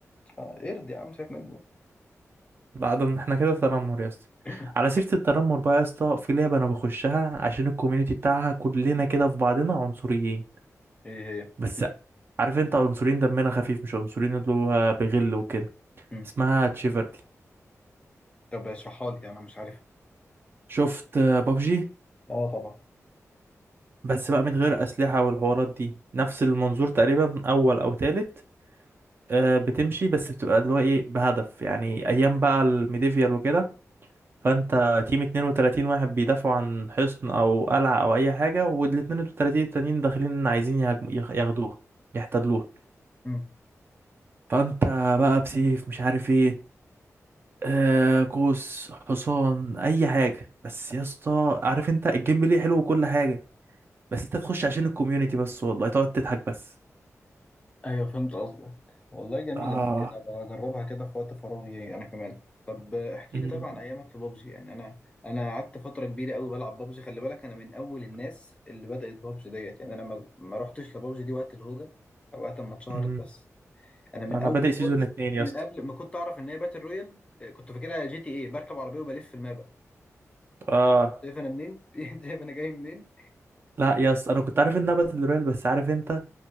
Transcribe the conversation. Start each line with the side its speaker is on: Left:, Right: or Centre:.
Left: اه ارضي يا عم سيبك منه
Right: بعد ان احنا كده تنمر يا اسطى
Left: <laughs>
Right: على سيرة التنمر بقى يا اسطى في لعبة انا بخشها عشان الكوميونتي بتاعها كلنا كده في بعضنا عنصريين
Left: ايه هي
Right: بس
Left: لا
Right: عارف انت عنصريين دمنا خفيف مش عنصريين اللي هو بغل وكده
Left: مم.
Right: اسمها تشيفرلي
Left: طب اشرحها لي انا مش عارفها
Right: شفت بابجي
Left: اه طبعا
Right: بس بقى من غير أسلحة والحوارات دي نفس المنظور تقريبا أول أو تالت آه، بتمشي بس بتبقى اللي هو إيه بهدف يعني أيام بقى الميديفيال وكده فأنت تيم 32 واحد بيدافعوا عن حصن أو قلعة أو أي حاجة وال 32 التانيين داخلين عايزين يهاجموا- يخ- ياخدوها يحتلوها
Left: مم.
Right: فأنت بقى بسيف مش عارف إيه آه قوس حصان أي حاجة بس يا اسطى عارف أنت الجيم بلاي حلو وكل حاجة بس انت تخش عشان الكوميونتي بس والله تقعد تضحك بس
Left: ايوه فهمت قصدك والله جميلة
Right: اه
Left: ممكن ابقى اجربها كده في وقت فراغي انا كمان طب احكي
Right: أمم،
Left: لي طبعا عن ايامك في بابجي يعني انا انا قعدت فترة كبيرة قوي بلعب بابجي خلي بالك انا من اول الناس اللي بدأت بابجي ديت يعني انا ما ما رحتش لبابجي دي وقت الهوجة او وقت ما اتشهرت
Right: أمم.
Left: بس انا من
Right: انا
Left: اول
Right: بادئ سيزون
Left: خالص
Right: اتنين
Left: من
Right: يا اسطى
Left: قبل ما كنت اعرف ان هي باتل رويال آه، كنت فاكرها جي تي ايه بركب عربية وبلف في المابا
Right: اه
Left: شايف انا منين <laughs> شايف انا جاي منين
Right: لا يا اسطى انا كنت عارف انها باتل رويال بس عارف انت